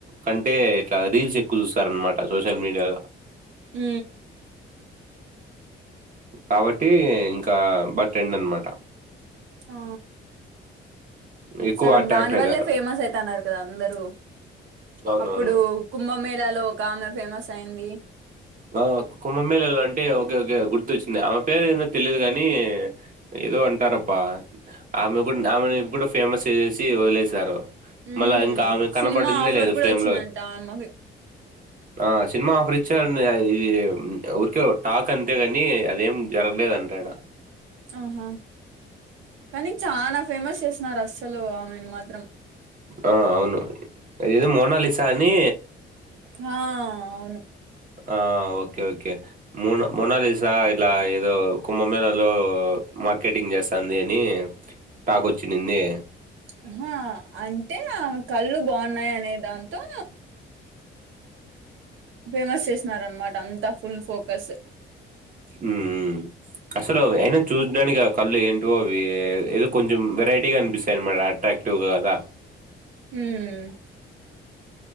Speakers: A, on the right; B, on the right.
A: కంటే ఇట్లా రీల్స్ ఎక్కువ చూస్తారనమాట సోషల్ మీడియాల
B: హ
A: కాబట్టి ఇంకా బటెండ్ అన్నమాట
B: ఆ
A: ఎక్కువ
B: సగం
A: అట్రాక్ట్
B: దాని
A: అయితారు.
B: వల్లే ఫేమస్ అయితనరు కదా అందరూ
A: అవునవును.
B: అప్పుడు కుంభమేళలో ఒక ఆమె ఫేమస్ అయింది
A: ఆ కుంభమేళలా అంటే ఓకే ఓకే గుర్తొచ్చింది ఆమె పేరు ఏదో తెలీదు కాని ఏదో అంటారబ్బా ఆమె గున్ ఆమెను ఎప్పుడు ఫేమస్ చేసి వదిలేసారు
B: ఉమ్
A: మల్ల ఇంకా ఆమె కనపడిందే
B: సినిమా ఆఫర్
A: లేదు
B: కూడా
A: ఫ్రేమ్
B: వచ్చిందంట
A: లో
B: ఆమెకి
A: ఆ సినిమా ఆఫరి ఇది ఊరికే టాక్ అంతేగనీ అదేం జరగలేదంటాడ.
B: ఆహా కని చానా ఫేమస్ చేసినారస్సలూ ఆమెను మాత్రం.
A: ఆ అవును ఇది మోనాలిసా అనీ
B: ఆ అవును.
A: ఆ ఓకే ఓకే మోన మోనాలిసా ఇట్ల ఏదో కుంభమేలలో మ మార్కెటింగ్ జేస్తాన్ది అని టాక్ ఒచిండిందీ.
B: ఆహా అంటే ఆమ కళ్ళు బావున్నాయనే దాంతో ఫేమస్ చేసినారనమాట అంతా ఫుల్ ఫోకస్.
A: ఉ ఉ అస్సలు అయినా చూసడానికి ఆ కళ్ళు ఏంటోవి ఏ ఏదో కొంచెం వెరైటీగా అనిపిస్తాయనమాట అట్రాక్ట్ క్టు గాదా
B: మ్మ్